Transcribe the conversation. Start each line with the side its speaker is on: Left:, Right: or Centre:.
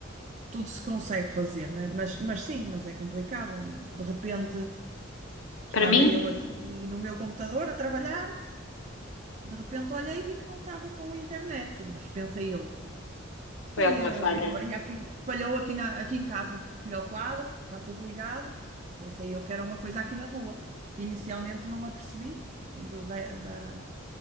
Right: tudo se consegue fazer, não é? Mas, mas sim, mas é complicado. De repente estava
Left: para mim,
Right: eu aqui no meu computador a trabalhar, e de repente olhei e vi que não estava com internet. Mas pensei eu, Foi
Left: foi alguma
Right: eh,
Left: falha.
Right: uma avaria aqui, falhou aqui, na, aqui em casa. Fui ao quadro, está tudo ligado, mas pensei eu que era uma coisa aqui na rua. Inicialmente não me apercebi do, da, da-